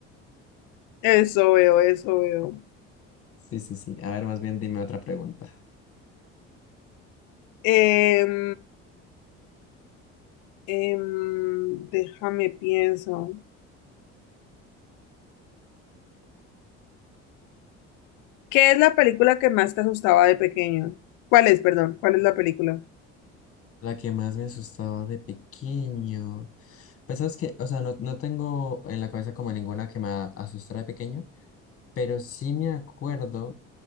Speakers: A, on the left; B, on the left.
A: Eso veo, eso veo.
B: Sí, sí, sí. A ver, más bien dime otra pregunta.
A: Em, em, déjame pienso. ¿Qué es la película que más te asustaba de pequeño? ¿Cuál es, perdón? ¿Cuál es la película?
B: La que más me asustaba de pequeño. Pues sabes que, o sea, no, no tengo en la cabeza como ninguna que me a- asustara de pequeño, pero sí me acuerdo